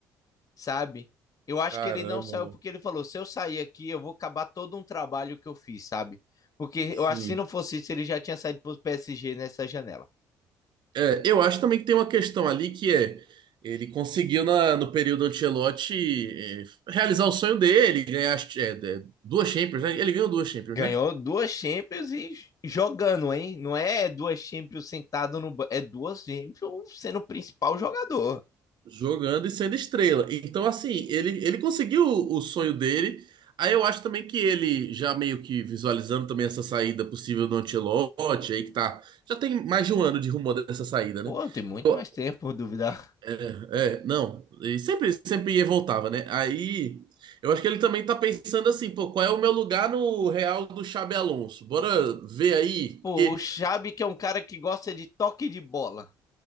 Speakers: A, on the left; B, on the right.
A: sabe? Eu acho
B: Caramba,
A: que ele não saiu
B: velho.
A: porque ele falou: se eu sair aqui, eu vou acabar todo um trabalho que eu fiz, sabe? Porque
B: Sim.
A: eu acho que se não fosse isso, ele já tinha saído pro PSG nessa janela.
B: É, eu acho também que tem uma questão ali que é ele conseguiu na- no período Ancelotti eh, realizar o sonho dele, ganhar as- eh, eh, duas Champions, né? Ele ganhou duas Champions,
A: Ganhou
B: né?
A: duas Champions e jogando, hein? Não é duas Champions sentado no banco, é duas Champions sendo o principal jogador.
B: Jogando e sendo estrela. Então, assim, ele, ele conseguiu o, o sonho dele. Aí eu acho também que ele, já meio que visualizando também essa saída possível do Ancelotti, aí que tá. Já tem mais de um ano de rumor dessa saída, né?
A: Pô, tem muito
B: Eu-
A: mais tempo, por duvidar.
B: é, é, não. E sempre, sempre ia e voltava, né? Aí eu acho que ele também tá pensando assim, pô, qual é o meu lugar no Real do Xabi Alonso? Bora ver aí,
A: Pô,
B: porque.
A: o Xabi que é um cara que gosta de toque de bola.